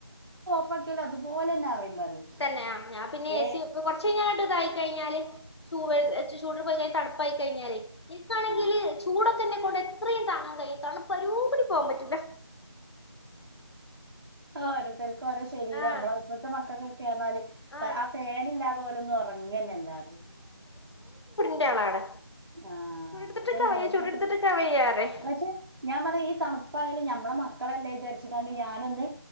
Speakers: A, on the right; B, on the left.
A: ഓഫ്‌ ആക്കിയാലും അതുപോലെ തന്നെ അറിയും പറയും
B: തന്നെ ആ ഞാൻ പിന്നെ
A: വേ
B: ഏ സി വെക്കും കുറച്ച് കഴിഞ്ഞ് അങ്ങട്ട് ഇതായി കഴിഞ്ഞാല്- ചൂവേ
A: ആ,
B: ചൂട് പോയെ തണുപ്പ പായി കയ്ഞ്ഞാലേ ഇൻക്കാണെങ്കില്
A: ആ.
B: ചൂടക്കെ ഇന്നെ കൊണ്ട് ഇത്രയും താങ്ങൻ കഴിയാത്താണ് തണുപ്പ് അരൂ കൂടി പോകാൻ പറ്റൂല
A: ഓരോത്തര് ഓരോ ശരീരം
B: ആഹ്
A: നമ്മളെ ഇപ്പത്തെ മക്കൾക്ക്- കെടന്നാല്
B: ആഹ്
A: ആ ഫേൻ ഇല്ലാതെ ഓലൊന്നും ഉറങ്ങനനില്ല അല്ലാതെ
B: ന്റെ ആളാണ്.
A: ആഹ്
B: ചൂടെടുത്തിട്ട്ക്കാ
A: അതന്നെയാണ്
B: വയ്യ
A: ഇപ്പത്തെ
B: ചൂടെടുത്തിട്ട്ക്കാ വയ്യ പറയും
A: പക്ഷെ ഞാൻ പറയാ ഈ തണു പ്പായാലും ഞമ്മളെ മക്കളല്ലേ വിചാരിച്ച് കാണ്ട് ഞാനൊന്ന്